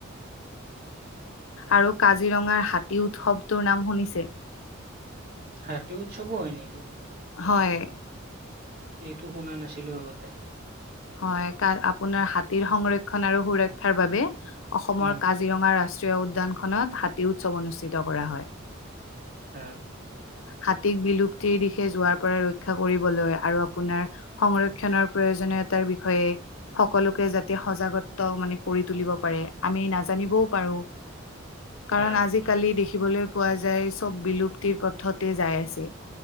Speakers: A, on the left; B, on the right.
A: আৰু কাজিৰঙাৰ হাতী উৎসৱটোৰ নাম শুনিছে?
B: হাতী উৎসৱো হয় নেকি?
A: হয়।
B: এইটো শুনা নাছিলো আগতে।
A: হয় কা আপোনাৰ হাতীৰ সংৰক্ষণ আৰু সুৰক্ষাৰ বাবে অসমৰ
B: উম
A: কা কাজিৰঙা ৰাষ্ট্ৰীয় উদ্যানখনত হাতী উৎসৱ অনুষ্ঠিত কৰা হয়। <unintelligible>
B: উম <unintelligible>
A: হাতীক বিলুপ্তিৰ দিশে যোৱাৰ পৰা ৰক্ষা কৰিবলৈ আৰু আপোনাৰ <inaudible> সংৰক্ষণৰ প্ৰয়োজনীয়তাৰ বিষয়ে সকলোকে যাতে সজাগতা <unintelligible> <unintelligible> মানে কৰি তুলিব পাৰে। আমি নাজানিবও পাৰোঁ কাৰণ
B: হয়
A: আজি <unintelligible> কালি দেখিবলৈ পোৱা যায় চব বিলুপ্তিৰ পথতে যাই আছে।